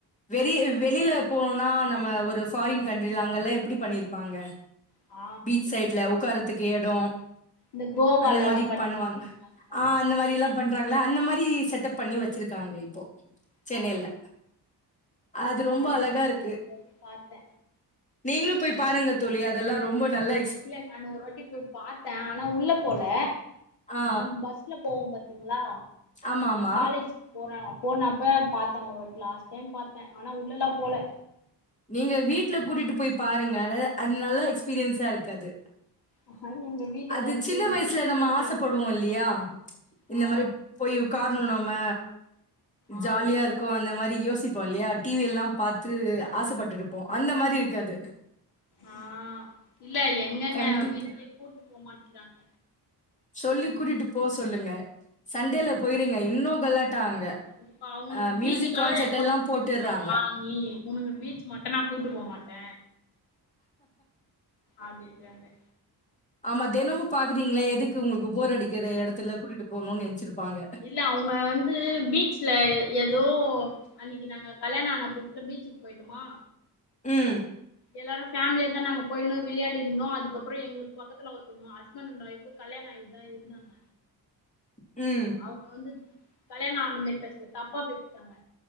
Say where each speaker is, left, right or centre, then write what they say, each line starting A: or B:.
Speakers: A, on the left; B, on the left.
A: வெளி வெளில போனா நம்ம ஒரு ஃபாரின் கண்ட்ரில அங்கெல்லா எப்டி பண்ணிருப்பாங்க
B: ஆ
A: பீச் சைட்ல உட்காரறதுக்கு எடோ
B: இந்த கோவாலல்லா
A: அந்த மாரி
B: பண்ணிருக்காங்க
A: பண்ணுவாங்க
B: அந்த மாரி
A: ஆ அந்த மாரில்லா பண் றாங்களா அந்த மாரி செட்டப் பண்ணி வச்சிருக்காங்க இப்போ சென்னைல
B: ஆ
A: அது ரொம்ப
B: அத
A: அழகா
B: நா
A: இருக்கு
B: ஒரு வாட்டி பாத்தே
A: நீங்களும் போய் பாருங்க தோழி அதெல்லா ரொம்ப நல்லா
B: இல்ல நான் ஒரு வாட்டி போய் பார்த்த ஆனா உள்ள போல
A: ஆ
B: நம்ம பஸ் உள்ள போவோ பாத்தீங்ளா
A: ஆமா ஆமா
B: காலேஜ் போற போனப்ப பாத்த ஒரு வாட்டி லாஸ்ட் டைம் பாத்த ஆனா உள்ளலா போல
A: நீங்க வீட்ல கூட்டிட்டு போய் பாருங்க அதாது அது நல்ல எக்ஸ்பீரியன்ஸா இருக்காது
B: ஆஹா எங்க வீட்டுக்காருக்கு
A: அது சின்ன வயசுல
B: பீஃபே
A: நம்ம
B: பிடிக்காது
A: ஆசைப்படுவோ இல்லயா இந்த
B: ஆ
A: மாரி போய் உக்காரணு நம்ம
B: ஆ
A: ஜாலியா இருக்கு அந்த மாரி யோசி ப்போ இல்லயா டிவி எல்லா பாத்து ஆசைப்பட்டுருப்போ அந்த மாரி இருக்காது
B: ஆ இல்ல எங்கங்க
A: கண்டிப்பா.
B: வீட்லே கூட்டு போமாட்டேங்கிறாங்க
A: சொல்லி கூட்டிட்டு போக சொல்லுங்க சண்டேல போயிருங்க இன்னு கலாட்டா அங்க
B: கண்டிப்பா அவங்களுக்கு
A: அ மியூசிக்
B: பீச்சு தவிர
A: கான்சர்ட்
B: எங்க
A: எல்லாம்
B: ஒனாலு கூட்டு
A: போட்டுர்றாங்க.
B: போறோங்ளா ஈ உனக்கு பீச் மட்டும்னா கூட்டு போகமாட்ட அப்டிங்கறாங்க
A: ஆமா தினமும் பாக்குறீங்கள எதுக்கு உங்களுக்கு போர் அடிக்கிற இடத்துல கூட்டிட்டு போகணும்னு நினைச்சிருப்பாங்க
B: இல்ல அவங்க வந்து பீச்ல ஏதோ அன்னைக்கு நாங்க கல்யாண ஆன புதுசுல பீச்சி போயிட்டமா
A: ம்
B: எல்லாரு ஃபேமிலியாதா நாங்க போய்ணு விளையாடிணுந்தோ அதுக்கப்ரோ எங்களுக்கு பக்கத்துல ஒருத்தோங்க ஹஸ்பண்ட் அண்ட் ஒஃப் கல்யாணம் ஆய்ட்தா இருந்தாங்க
A: ம்
B: அவுங்க வந்து கல்யாணம் ஆன மாரி பேசல தப்பா பேசிட்டாங்க